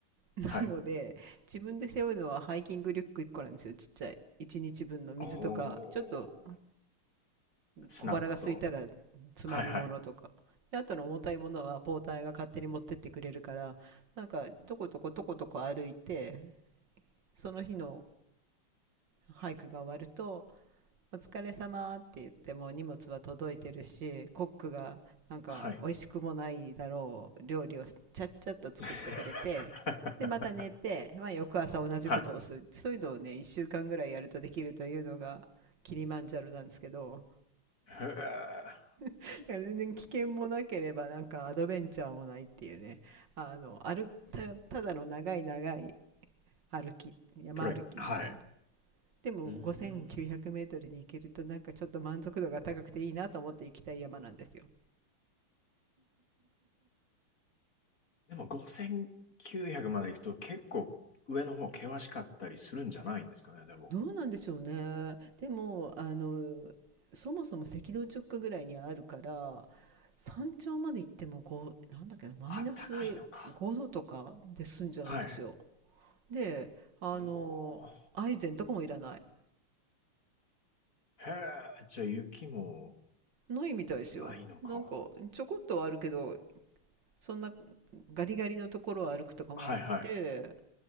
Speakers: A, on the right; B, on the left.
A: <laughs>
B: はい。
A: なので、自分で背負うのはハイキングリュック1個なんですよ、ちっちゃい。1日分の水とか、
B: おお、
A: ちょっと
B: スナックと。
A: 小腹が空いたらつまむものとか。
B: はいはい。
A: であとの重たいものはポーターが勝手に持ってってくれるから、なんか、とことことことこ歩いて、その日のハイクが終わると、「お疲れ様って言っても荷物は届いてるしコックがなんか美味しくもないだろう料理をちゃっちゃっと作ってくれてでまた寝て、
B: はい。<laughs>
A: まあ、翌朝同じことをするそういうのをね1週間ぐらいやるとできるというのがキリマンジャロなんですけど
B: はい。へえ。
A: だから全然危険もなければなんかアドベンチャーもないっていうねあの歩た、ただの長い長い歩き山歩きみたいな
B: トレ、はい。
A: でも5900メートルに行けるとなんかちょっと満足度が高くていいなと思って行きたい山なんですよ。
B: うーんでも5900まで行くと結構上の方険しかったりするんじゃないんですかね、でも。
A: どうなんでしょうね。でもあのそもそも赤道直下ぐらいにあるから山頂まで行っても5なんだっけなマイナス5度とかで済んじゃうんですよ。
B: あったかいのか。はい。
A: であのアイゼンとかもいらない。
B: おお。へえ、じゃあ雪も
A: ないみたいですよ。
B: ないのか。
A: なんかちょこっとはあるけどそんなガリガリのところを歩くとかもなくて
B: はいはい。